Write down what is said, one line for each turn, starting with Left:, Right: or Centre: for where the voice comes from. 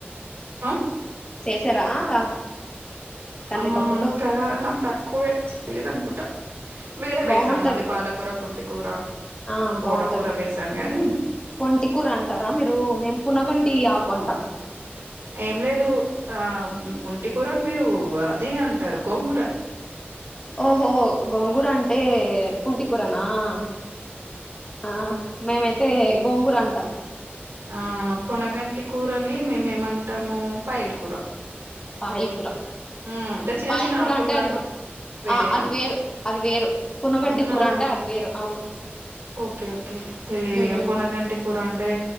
Right: ఆ
Left: చేసారా అలా కందిపప్పుతో
Right: ఆ ఇంకా తక్కువే చలిదు అనుకుంట వేరే వేసాను
Left: బాగుంటది
Right: మళ్ళీ పాలకూర, పుంటి కూర,
Left: ఆ
Right: తోటకూర
Left: బాగుంటది
Right: వేసాను గని
Left: పొంటి కూర అంటరా మీరూ, మేము పునగంటి ఆకు అంటాం
Right: ఏం లేదు ఆ పుంటి కూరని మీరు అదే అంటరు గోంగూర
Left: ఓహో గోంగూర అంటే పుంటి కూర అన్ ఆ ఆ మేమైతే గోంగూర అంటాం
Right: ఆ పొనగంటి కూరని మేమేమంటము పయిల్ కూర
Left: పాయల్ కూర
Right: మ్ ఇట్లా చిన్న
Left: పాయల్
Right: చిన్న
Left: కూర
Right: ఆకుల్లాగా
Left: అంటే అది
Right: వేరేనా
Left: ఆ అది వేరు అది వేరు పునగంటి
Right: అవునా
Left: కూర అంటే అది వేరు అవును
Right: ఓకే ఓకే తెలిదుగా
Left: మ్మ్
Right: పొనగంటి కూర అంటే